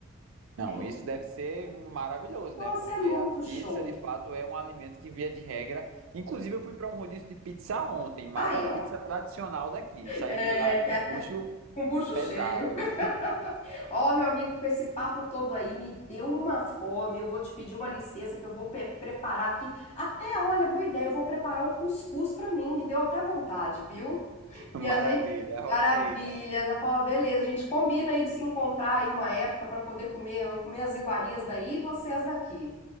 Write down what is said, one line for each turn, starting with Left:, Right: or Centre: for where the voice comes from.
Right: Não,
Left: É, in-
Right: isso deve ser maravilhoso,
Left: nossa,
Right: né? Porque
Left: é muito
Right: a
Left: show.
Right: pizza, de fato, é um alimento que, via de regra. Inclusive, eu fui para um rodízio de pizza ontem, mas
Left: Aí,
Right: a pizza
Left: ó.
Right: tradicional daqui. Saí
Left: É,
Right: de lá
Left: que
Right: com
Left: é aqui,
Right: o bucho
Left: com bucho
Right: pesado.
Left: cheio. <laughs> Ó, meu amigo, com esse papo todo aí, me deu uma fome. Eu vou te pedir uma licença que eu vou pe- preparar aqui. Até, olha, boa ideia, eu vou preparar um cuscuz pra mim. Me deu até vontade, viu?
Right: Maravilha,
Left: E a gente,
Right: arrocha
Left: maravilha,
Right: aí, cara.
Left: já falou, "Ah, beleza, a gente combina aí de se encontrar aí uma época para poder comer, eu comer as iguarias daí e vocês daqui.